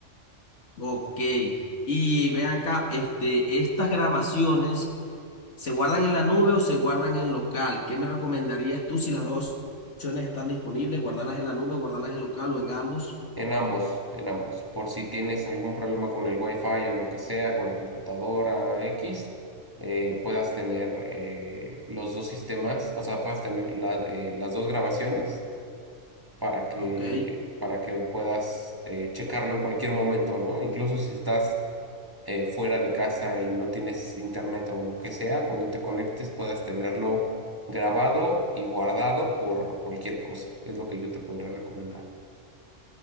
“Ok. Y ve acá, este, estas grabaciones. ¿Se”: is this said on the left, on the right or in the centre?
Left